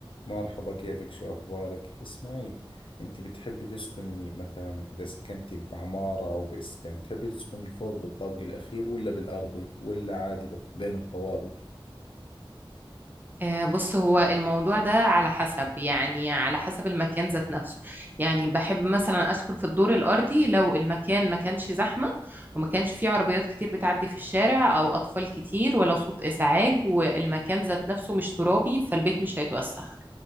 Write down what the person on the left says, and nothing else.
مرحبا كيفك شو أخبارك؟ اسمعي أنت بتحبي تسكني مثلا إذا سكنتي بعمارة أو بإسكان بتحبي تسكني فوق بالطابق الأخير ولا بالأرضي ولا عادي بت- بين الطوابق؟